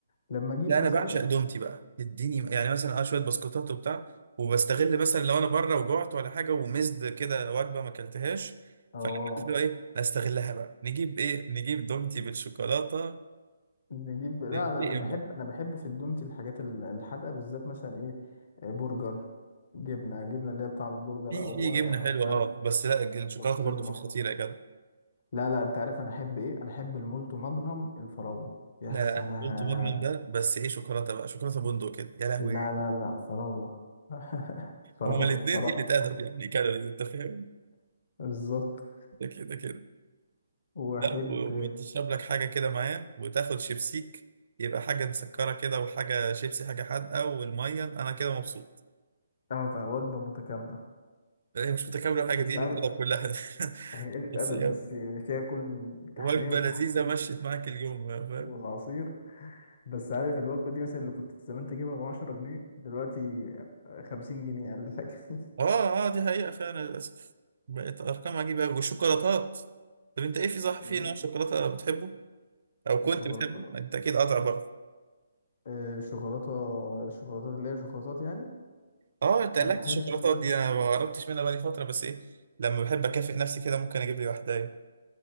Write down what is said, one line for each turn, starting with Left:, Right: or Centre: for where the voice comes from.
Left: لما اجيب
Right: لا انا
Left: مثلا
Right: بعشق دومتي بقى اديني يعني مثلا اه شويه بسكوتات وبتاع وبستغل مثلا لو انا بره وجعت ولا حاجه ومزد كده وجبه ما اكلتهاش
Left: اه
Right: فعملت له ايه لا استغلها بقى نجيب ايه نجيب دومتي بالشوكولاته
Left: نجيب لا
Right: ننتقم
Left: لا انا بحب
Right: بقى
Left: انا بحب في الدومتي الحاجات ال- الحادقه بالذات مثلا ايه آه، برجر جبنه جبنه اللي هي بطعم البرجر
Right: في
Left: او
Right: في جبنه
Left: آه،
Right: حلوه
Left: مش عارف
Right: اه بس لا الشوكولاته
Left: بسطرمه
Right: برضو فيه خطيره يا جدع
Left: لا لا انت عارف انا احب ايه انا احب المولتو ماجنوم الفراولة يا
Right: لا
Left: سلام
Right: لا، انا قلت مجرم ده بس ايه شوكولاته بقى شوكولاته بندق كده يا لهوي
Left: لا لا لا فراولة <laughs> فراولة
Right: هما الاثنين
Left: بصراحة
Right: قله ادب يعني كانوا انت فاهم
Left: بالظبط
Right: ده كده كده
Left: واحب
Right: لا و- وتشرب لك حاجة كده معاه وتاخد شيبسيك يبقى حاجة مسكرة كده وحاجة شيبسي حاجة حادقة والمية أنا كده مبسوط
Left: اه بقى وجبة متكاملة
Right: هي مش متكاملة الحاجة
Left: بس
Right: دي اللي
Left: عارف
Right: كده كلها <laughs>
Left: هي قلة
Right: بس
Left: أدب
Right: يلا
Left: بس يعني فيها كل التحلية
Right: وجبة
Left: والتحديق
Right: لذيذة مشيت معاك اليوم فاهم
Left: والعصير بس عارف الوجبة دي مثلا اللي كنت زمان تجيبها بعشرة جنيه دلوقتي خمسين جنيه أقل حاجة <laughs>
Right: اه اه دي حقيقة فعلا للأسف بقت أرقام عجيبة أوي والشوكولاتات طب أنت إيه في صح
Left: شوكولاتة
Right: في نوع شوكولاتة بتحبه أو كنت
Left: شوكولاتة
Right: بتحبه أنت أكيد قاطع برضه
Left: آه، شوكولاتة شوكولاتات اللي هي شوكولاتات يعني
Right: اه أنت
Left: أنا
Right: قلقت
Left: أحب
Right: الشوكولاتات
Left: مثلا
Right: دي أنا ما قربتش منها بقالي فترة بس إيه لما بحب أكافئ نفسي كده ممكن أجيب لي واحدة أيوه.